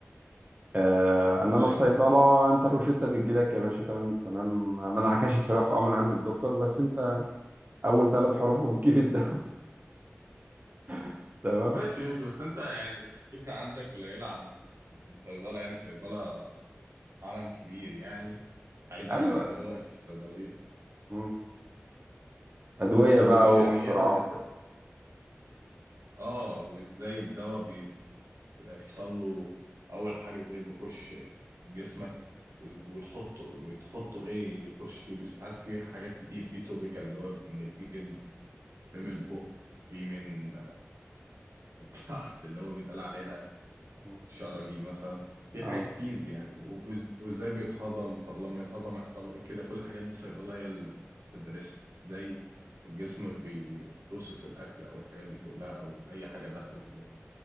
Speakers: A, on the right; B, on the right.
A: آه، انما
B: أيوه
A: الصيدله
B: أيوه.
A: انت الروشته بتجيلك يا باشا تمام التمام ما انعكشت فراخ اه من عند الدكتور بس انت اول ثلاث حروفه بتجيب الدواء <laughs> تمام
B: ماشي ماشي بس انت يعني الفكرة عندك قليلة عن عن صيدلة يعني صيدلة عالم كبير يعني بعيدا
A: ايوه
B: عن ان هو واقف في الصيدلية
A: مم. أدوية
B: بس ال...
A: بقى
B: يعني
A: واختراعات
B: هي ال...
A: وكده
B: اه وازاي الدواء بيحصل له اول حاجة ازاي بيخش جسمك وز- وتحطه وتحطه ايه يخش في الجسم عارف في حاجات كتير في توبيكال اللي هو من الجلد في من البق في من من تحت اللي هو بيتقال عليها
A: اه
B: شرجي مثلا في
A: آه.
B: حاجات كتير يعني وفز- وازاي بيتهضم طب لما يتهضم يحصل له ايه كده كل الحاجات دي صيدلة هي اللي بتدرسها ازاي الجسم بيبروسس الاكل او الحاجات دي كلها او اي حاجة داخلة جوه